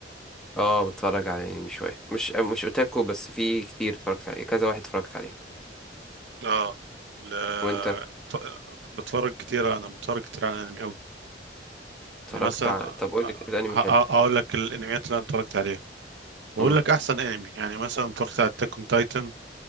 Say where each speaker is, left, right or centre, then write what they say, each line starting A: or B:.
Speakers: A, in the centre; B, on the right.
A: اه بتفرج على انمي شوية مش مش اوتاكو بس في كتير اتفرجت عليه كذا واحد اتفرجت عليه
B: اه ل...
A: وانت
B: ط- بتفرج كتير انا بتفرج كتير على الانمي قوي
A: اتفرجت
B: يعني مثلا
A: ع... طب قول
B: أ- أ-
A: لي كده انمي حلو
B: اقول لك الانميات اللي انا اتفرجت عليها واقول
A: امم
B: لك احسن انمي يعني مثلا اتفرجت على اتاك اون تايتن